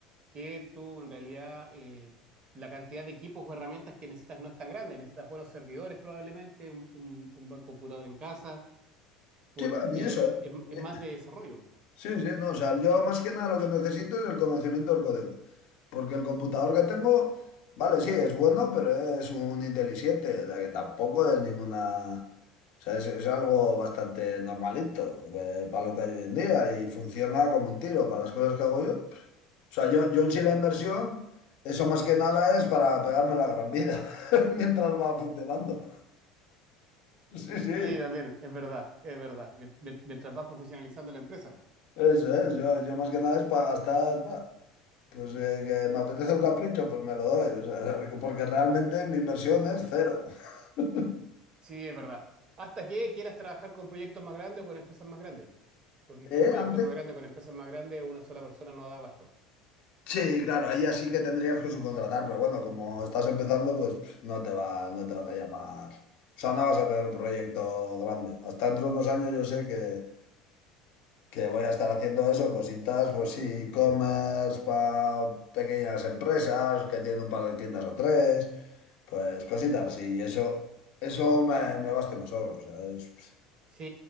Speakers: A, on the right; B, on the left.
A: que tú en realidad eh, la cantidad de equipos o herramientas que necesitas no es tan grande. Necesitas buenos servidores probablemente, un, un- un buen computador en casa, porque
B: Sí, va, ni eso,
A: es, es
B: ¿eh?
A: más de desarrollo.
B: Sí, sí, no, o sea, yo más que nada lo que necesito es el conocimiento del código, porque el computador que tengo, vale, sí, es bueno, pero es un Intel i siete, o sea, que tampoco es ninguna, o sea, es, es algo bastante normalito eh, para lo que hay hoy en día y funciona como un tiro para las cosas que hago yo. pues, O sea, yo, yo en sí la inversión, eso más que nada es para pegarme la gran vida <laughs> mientras va funcionando. Sí, sí,
A: Sí, también, es verdad, es verdad. Mien- mien- Mientras vas profesionalizando la empresa.
B: eso es, yo, yo más que nada es para gastar. pa- Pues eh, que me apetece un capricho, pues me lo doy. o sea, porque realmente mi inversión es cero. <laughs>
A: Sí, es verdad. Hasta que quieras trabajar con proyectos más grandes o con empresas más grandes, porque con
B: ¿Eh?
A: proyectos
B: Antes.
A: más grandes, con empresas más grandes, una sola persona no da abasto.
B: Sí, claro, ahí así que tendrías que subcontratar, pero bueno, como estás empezando, pues pff, no te va, no te van a llamar. O sea, no vas a tener un proyecto grande. Hasta dentro de unos años yo sé que, que voy a estar haciendo eso, cositas, pues sí, e-commerce para pequeñas empresas que tienen un par de tiendas o tres, pues cositas, sí, y eso, eso me, me basta y me sobra, o sea, es-
A: Sí,